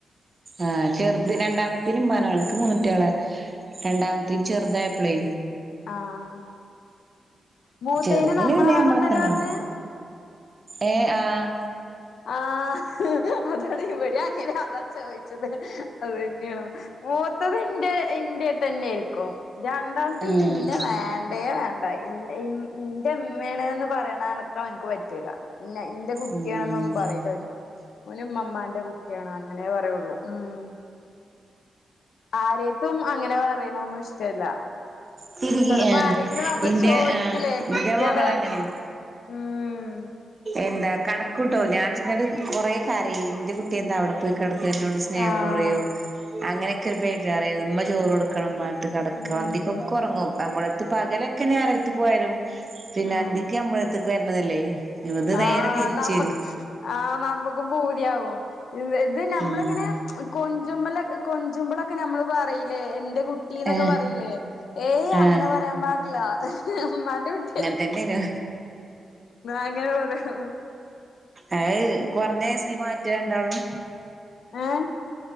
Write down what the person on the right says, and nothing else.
ആഹ് ചെർതിനെ രണ്ടാമത്തീന് ഇമ്മാെവാണം ഇന്ക് മൂന്ന് കുട്ട്യേള് രണ്ടാമത്തീ ചെർതായപ്പളെ
ചെറുതിന്
പിന്നെ
നമ്മളെ തന്നെ
വേണം ഏഹ് ആഹ്
ആഹ്
ഉം
തിന്നെ
ഇന്റെ
ഏ് ഇന്റെ
മകളങ്ങനേണ്
എന്താ കടക്കൂട്ടോ
ഞാൻ ഇങ്ങട് കൊറെ കരയും ന്റെ കുട്ടി എന്താ അവടെ പോയി കെടക്ക് ഇന്നോട് സ്നേഹം
കൊറയോ അങ്ങനെയൊക്കെ ഒരു ബേജാറേന്നു ഇമ്മ ചോറ് കൊടുക്കണം മ്മാന്റത്ത് കെടക്കാ
അന്തിക്കൊക്കെ ഒറങ്ങും നമ്മളട്ത്ത് പകലൊക്കെഞ ആരെട്ത്ത്ക്ക് പോയാലും പിന്നെ
അന്തിക്ക് നമ്മളട്ത്ത്ക്ക് വരണംന്നല്ലേ ഇത് നേരെ
തിരിച്ചെരും
ഉം
ഏഹ്
ആഹ്
ഇതെക്കേനു
അഹ് കൊർഞ്ഞയ്സില് മാറ്റാ രണ്ടാളും